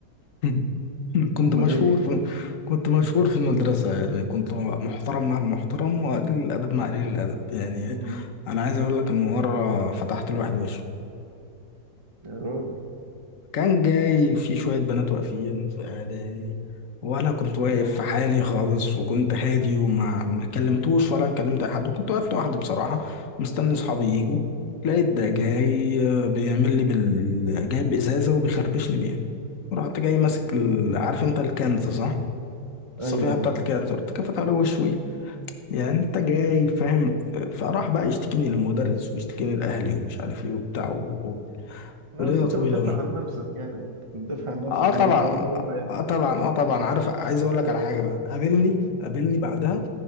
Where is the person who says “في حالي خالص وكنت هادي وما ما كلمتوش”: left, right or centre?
Left